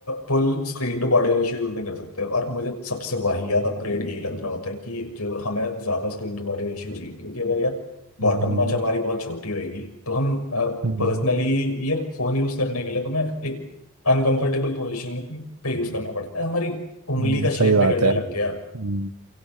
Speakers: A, on the left; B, on the right.
A: full screen to body ratio use नहीं कर सकते और मुझे सबसे वाहियात अपग्रेड यही लग रहा होता है कि जो हमें ज्यादा स्क्रीन टू बॉडी रेशियो चाहिए क्योंकि अगर यार बॉटम
B: हम्म,
A: नॉच हमारी बहुत छोटी होगी तो हम पर्सनली
B: हम्म,
A: यार फोन यूज करने के लिए तुम्हें एक अनकंफर्टेबल पोजीशन पे यूज करना पड़ता है हमारी उंगली
B: हम्म,
A: का शेप
B: सही बात
A: बिगड़ने
B: है
A: लग गया
B: हम्म,